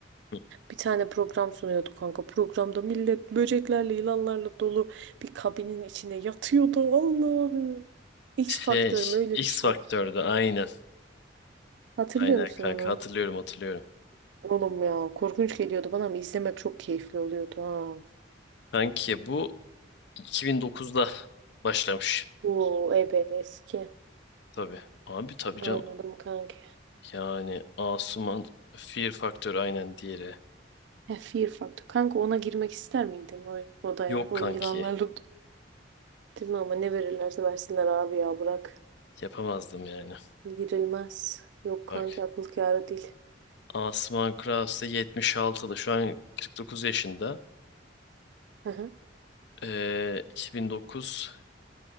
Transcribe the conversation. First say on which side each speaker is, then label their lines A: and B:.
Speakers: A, on the left; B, on the right.
A: Hı.
B: Bir tane program sunuyordu kanka. Programda millet böceklerle, yılanlarla dolu bir kabinin içine yatıyordu. Allah'ım. X
A: Şey,
B: Faktör mü öyle
A: X
B: bir şey.
A: Faktör'de aynen.
B: Hatırlıyor
A: Aynen
B: musun
A: kanka
B: onu?
A: hatırlıyorum hatırlıyorum.
B: Oğlum ya korkunç geliyordu bana ama izlemek çok keyifli oluyordu ha.
A: Kanki bu 2009'da başlamış.
B: Oo ebe eski.
A: Tabii. Abi tabii
B: Anladım
A: canım.
B: kanka.
A: Yani Asuman Fear Faktör aynen diğeri.
B: He, Fear Factor. Kanka ona girmek ister miydin o odaya?
A: Yok
B: O
A: kanki.
B: yılanlarla Değil mi ama ne verirlerse versinler abi ya bırak.
A: Yapamazdım yani.
B: Girilmez. Yok kanki
A: Bak.
B: akıl kârı değil.
A: Asuman Krause 76'da şu an 49 yaşında.
B: Hı hı.
A: Ee, 2009,